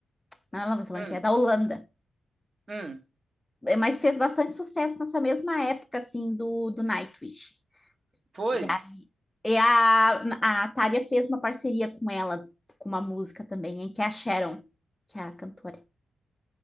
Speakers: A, on the left (about 15°); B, on the right (about 45°).
A: Não é Nova Zelândia,
B: Hum,
A: é da Holanda.
B: hum.
A: É, Mas fez bastante sucesso nessa mesma época, assim, do, do Nightwish.
B: Foi?
A: E a, e a, a Tária fez uma parceria com ela, com uma música também, em que é a Sharon, que é a cantora.